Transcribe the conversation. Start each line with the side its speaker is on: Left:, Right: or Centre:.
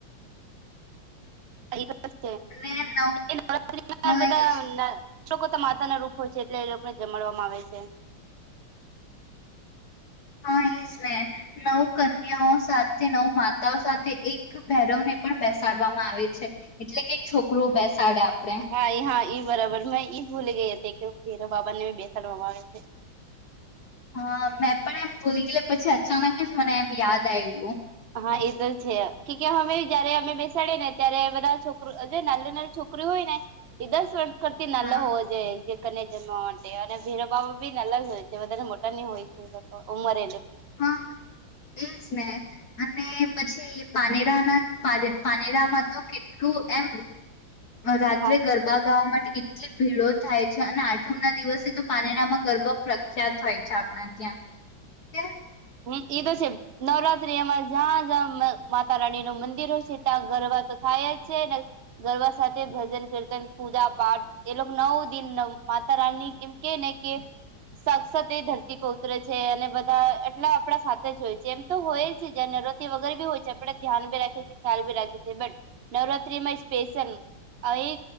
Right: <inaudible> એજ તો
Left: અને નવ હા
Right: <unintelligible> બધા
Left: એજ
Right: છોકરો તો માતા ના રૂપ હોય છે એટલે એ લોકોને જમાડવામાં આવે છે.
Left: હા એ જ ને નવ કન કનયા સાથે નવ માત માતા સાથે એક ભૈરવને પણ બેસાડવામાં આવે છે એટલે કે છોકરું બેસાડે આપણે
Right: હા એ હા ઈ બરાબર મેં ઈજ ભૂલી ગઈ હતી કે બાબાને બેસાડવામાં આવે છે.
Left: હા મેં પણ એમ ભૂલી ગેલી પછી અચાનક જ મને એમ યાદ આવ્યું.
Right: હા એ તો છે કે કે હવે જયારે અમે બેસાડીએ ને ત્યારે બધા છોકરુ તે નાહલી નાહલી છોકરી હોયને એ દસ વર્ષ કરતી નાહલા
Left: હા
Right: હોવા જોઈએ કરને જમવા માટે અને ભૈરવ બાબા બી નાનલા જ હોય છે તે બધા મોટા ની હોય છે ઉમર એ લોક
Left: હા એજ ને અને પછી પાનેરાના પાને પાનેરામાં તો કેટલું એમ રાત્રે
Right: હા
Left: ગરબા ગાવા માટે કેટલી ભીડો થાય. અચ્છા ના આઠમના દિવસે તો પારનેરામાં ગરબા પ્રખ્યાત હોય છે આપણા ત્યાં. કે
Right: હુમ્મ એ તો છે નવરાત્રી એમાં જ્યાં જ્યાં મ માતા રાણી નું મંદિર હશે ત્યાં ગરબા તો થાય જ છે ને ગરબા સાથે ભજન, કીર્તન, પૂજાપાઠ એ લોકો નવ દિન માતા રાણી કેમ કે ને કે સાક્ષાત એ ધરતી પર ઉતરે છે અને બધા ને એટલા આપણા સાથે જ હોય છે એમ તો હોય છે જ્યાં નવરાત્રી વગેર બી હોય છે આપણે ધ્યાન બી રાખીએ છે ખ્યાલ બી રાખીએ છે બટ નવરાત્રીમાં સ્પેશિયલ આવી